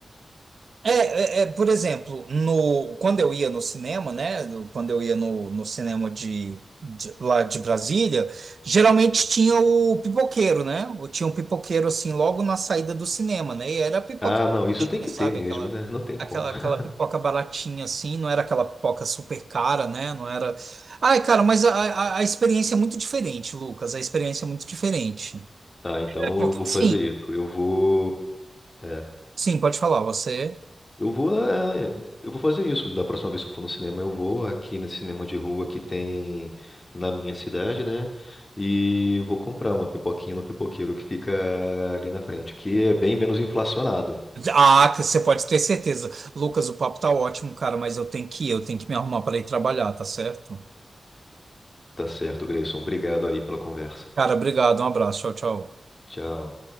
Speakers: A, on the right (about 75°); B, on the left (about 35°).
A: É, é, é, por exemplo, no, quando eu ia no cinema, né? no- Quando eu ia no, no cinema de, de- lá de Brasília, geralmente tinha o pipoqueiro, né? Ou tinha um pipoqueiro assim logo na saída do cinema, né? E era a pipoca,
B: Ah,
A: baratinha,
B: não, isso tem que
A: sabe?
B: ter mesmo,
A: Aquela,
B: né? Não tem
A: aquela,
B: como.
A: aquela
B: <laughs>
A: pipoca baratinha assim, não era aquela pipoca super cara, né? Não era. Ai, cara, mas a, a, a experiência é muito diferente, Lucas. A experiência é muito diferente.
B: Ah, então
A: É porque-
B: eu vou fazer
A: Sim,
B: isso. Eu vou. É.
A: sim, pode falar, você.
B: Eu vou, na- é, eu vou fazer isso. Da próxima vez que eu for no cinema, eu vou aqui nesse cinema de rua que tem na minha cidade, né? E vou comprar uma pipoquinha no pipoqueiro que fica ali na frente, que é bem menos inflacionado.
A: Ah, você pode ter certeza. Lucas, o papo tá ótimo, cara, mas eu tenho que ir, eu tenho que me arrumar para ir trabalhar, tá certo?
B: Tá certo, Grayson. Obrigado aí pela conversa.
A: Cara, obrigado, um abraço, tchau, tchau.
B: Tchau.